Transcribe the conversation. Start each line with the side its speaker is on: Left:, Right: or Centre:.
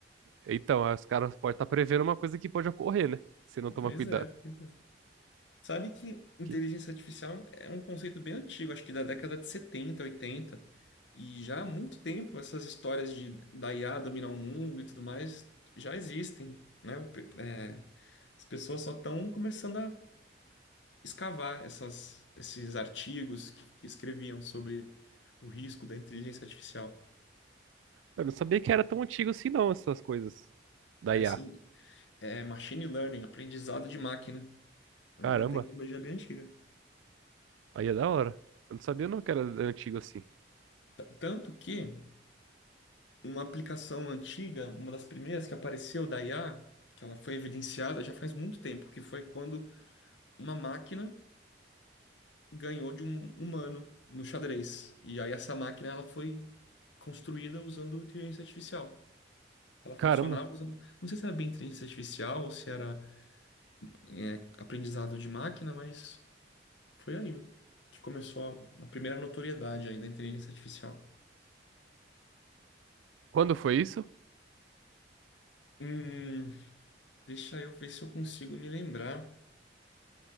Right: Então, aí os caras podem estar prevendo uma coisa que pode ocorrer, né? Se não tomar
Left: Pois
Right: cuidado.
Left: é, pois é. Sabe que inteligência
Right: Que-
Left: artificial é um conceito bem antigo, acho que da década de 70 80 e já há muito tempo essas histórias de da IA dominar o mundo e tudo mais já existem, né? O pe- é, as pessoas só estão começando a escavar essas, esses artigos que, que escreviam sobre o risco da inteligência artificial.
Right: eu não sabia que era tão antigo assim, não, essas coisas da
Left: É
Right: I
Left: Assim,
Right: a.
Left: é machine learning, aprendizado de máquina, É
Right: Caramba,
Left: uma tecnologia bem antiga.
Right: aí é da hora. Eu não sabia não que era antigo assim.
Left: T- Tanto que uma aplicação antiga, uma das primeiras que apareceu da IA, que ela foi evidenciada já faz muito tempo, que foi quando uma máquina ganhou de um humano no xadrez. E aí essa máquina ela foi construída usando inteligência artificial. Ela funcionava
Right: Caramba,
Left: usando, não sei se era bem inteligência artificial ou se era é, aprendizado de máquina, mas foi aí que começou a, a primeira notoriedade aí da inteligência artificial.
Right: quando foi isso?
Left: Hum, deixa eu ver se eu consigo me lembrar.